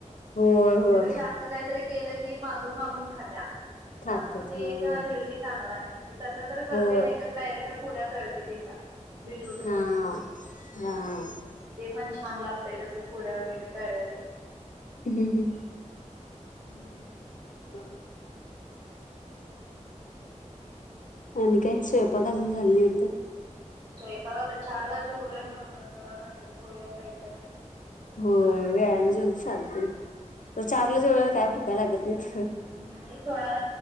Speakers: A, on the left; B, on the right.
A: होय, होय.
B: त्यापेक्षा असं काहीतरी केलं की की मागून मागून खात्या
A: खात्यात.
B: त्यामुळे ते
A: हां.
B: एक हेल्दी चांगला आहे मी तस तर करते
A: होय.
B: नाही तर डायरेक्ट पुऱ्या तळते त्याच्या बीटरूटच्या
A: हां,
B: ह्म्म्म
A: हां.
B: ते पण छान लागतय तसं पुऱ्या वगैरे तळलेलं
A: हम्म हम्म
B: हम्म
A: <inaudible> आणि काय स्वयंपाक अजून झाले नाही वाटतं
B: स्वयंपाक आता चार ला जेवलोय म्हणलं जरा नंतर करूया कायतर
A: होय वेळानं जेवलं तर चालतय
B: हम्म
A: तर चारला जेवल्यावर काय भुका लागत नाहीत
B: नाही सोडा